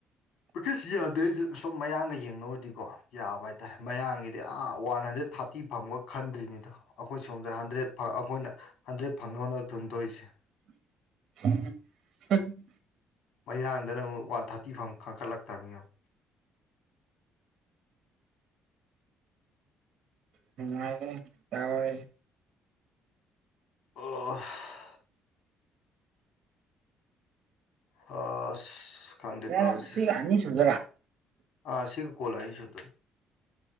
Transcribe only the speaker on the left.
ꯚ‌ꯦꯀꯦꯟꯁꯤ ꯌꯥꯗꯦ ꯍꯥꯏꯖ‌ꯦ ꯁꯣꯝ ꯃꯌꯥꯡꯒ ꯌꯦꯡꯅꯧꯔꯗꯤꯀꯣ ꯌꯥꯕ ꯍꯥꯏꯇꯥꯔꯦ ꯃꯌꯥꯡꯒꯤꯗꯤ ꯑꯥ ꯋꯥꯟ ꯍꯟꯗ꯭ꯔꯦꯠ ꯊꯥꯔꯇꯤ ꯐꯪꯕꯥ ꯈꯟꯗ‌ꯣꯏꯅꯤꯗꯣ ꯑꯩꯈꯣꯏ ꯁꯣꯝꯗ ꯍꯟꯗ꯭ꯔꯦꯠ ꯐꯥ ꯑꯩꯈꯣꯏꯅ ꯍꯟꯗ꯭ꯔꯦꯠ ꯐꯪꯅ ꯍ‌ꯣꯟꯅꯥꯕ ꯊꯨꯝ ꯊꯣꯛꯏꯁꯦ
ꯃꯌꯥꯡꯗꯅ ꯑꯃꯨꯛ ꯋꯥꯟ ꯊꯥꯔꯇꯤ ꯐꯪ ꯈꯪꯀꯠꯂꯛꯇ꯭ꯕ ꯅꯤꯌ‌ꯦꯡ
ꯑꯣ ꯁ ꯍꯥꯑꯁ ꯈꯥꯟꯗꯦ
ꯇꯧꯔꯤꯁꯦ
ꯑ ꯁꯤꯒ ꯀꯣꯂ ꯑꯅꯤ ꯁꯨꯗꯣꯏꯅꯦ